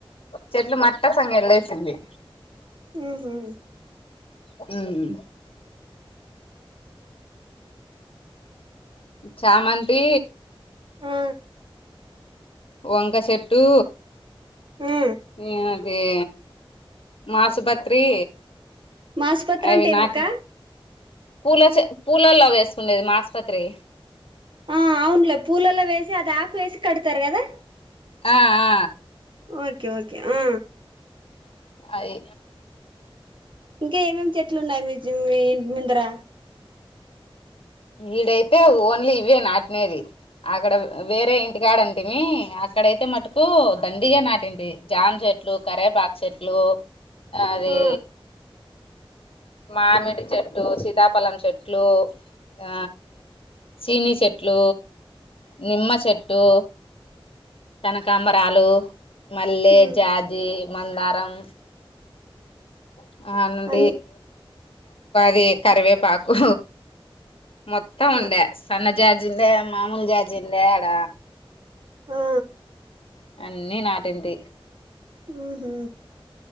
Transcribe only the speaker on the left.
చెట్లు మట్టసంగ ఎళ్ళేసింది
హ్మ్ చామంతి
వంక చెెట్టు
ఏ ఏ మాసు బత్రి
అవి
నాటి
పూల పూలల్లో వేసుకుండేది మాసుపత్రి
ఆ ఆ
అయి
ఇడైతే ఓన్లీ ఇవే నాటినేది అక్కడ వేరే ఇంటికాడ ఉంటిమి అక్కడైతే మటుకు దండిగా నాటింటి జామ్ చెట్ చెట్లు కరేపాక్ చెట్లు ఆది
మామిడి చెట్టు సీతాపలం చెట్లు <unintelligible> స సినీచెట్టు నిమ్మ చెట్టు కనకాంబరాలు మల్లె
జాజి మందారం <unintelligible>
ది కరివేపాకు మొత్తం ఉండే
సన్న జాజి ఉండే మామూలు జాజి ఉండే ఆడ
అన్ని నాటింటి